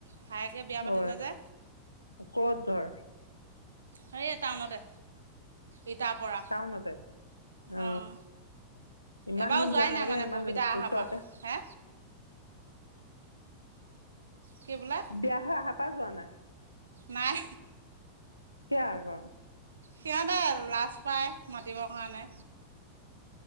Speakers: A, on the right; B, on the left.
A: ভায়েকে বিয়া পাতিলে
B: অ
A: যে
B: ক'ত ঘৰ
A: হে টাউনতে। ইটাৰ পৰা
B: টাউনতে অ
A: অঁ
B: ইমান
A: এবাৰো
B: দিন
A: যোৱাই
B: যোৱা নাই দে
A: মানে
B: ইমান
A: ববিতা অহাৰ
B: ওচৰতে
A: পৰা হে কি বোলে
B: বিয়া হৈ আহা পাৰ যোৱা নাই।
A: নাই
B: কিয় অ'ক।
A: সিহঁতে লাজ পায় মাতিবৰ কাৰণে